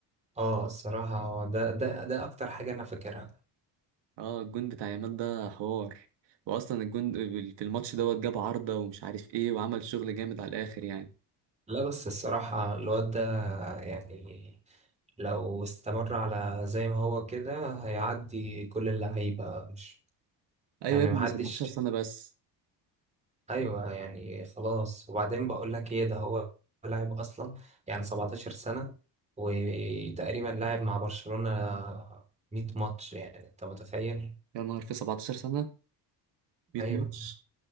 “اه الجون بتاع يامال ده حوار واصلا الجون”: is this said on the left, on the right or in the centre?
Right